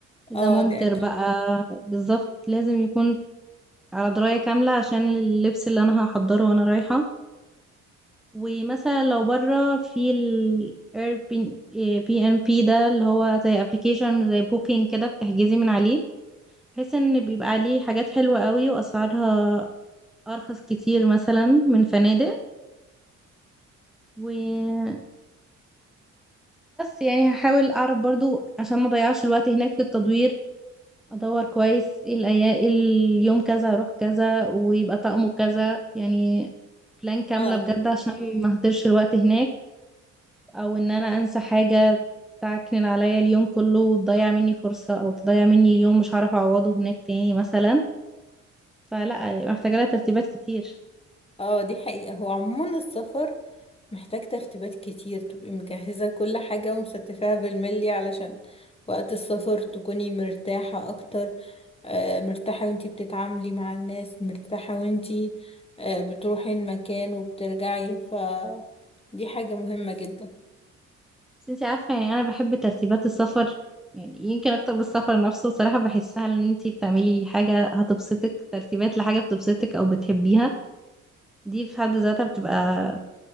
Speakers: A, in the centre; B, on the left (about 20°).
A: إذا
B: اه
A: ممطر
B: ده اكيد
A: بقى بالظبط لازم يكون على دراية كاملة عشان اللبس اللي أنا هحضره وأنا رايحة ومثلا لو بره في ال Airbnb- بي ان بي ده اللي هو زي ابلكيشن زي بوكينج كده بتحجزي من عليه بحيث ان بيبقى عليه حاجات حلوة قوي واسعارها ارخص كتير مثلا من فنادق وبس يعني هحاول اعرف برضو عشان ما اضيعش الوقت هناك في التدوير ادور كويس ايه الايام اليوم كذا اروح كذا ويبقى طقمه كذا يعني بلان كاملة
B: اه
A: بجد عشان ما اهدرش الوقت هناك او ان انا انسى حاجة تعكنن عليا اليوم كله وتضيع مني فرصة او تضيع مني اليوم مش هعرف اعوضه هناك تاني مثلا فلا محتاجة لها ترتيبات كتير
B: اه دي حقيقة هو عموما السفر محتاج ترتيبات كتير تبقي مجهزة كل حاجة ومستفاها بالملي علشان وقت السفر تكوني مرتاحة أكتر آه، مرتاحة وانتي بتتعاملي مع الناس مرتاحة وانتي آه، بتروحي المكان وبترجعي ف دي حاجة مهمة جدا
A: بس انتي عارفة يعني انا بحب ترتيبات السفر يعني يمكن اكتر بالسفر نفسه صراحة بحسها ان انتي بتعملي حاجة هتبسطك ترتيبات لحاجة بتبسطك او بتحبيها دي في حد ذاتها بتبقى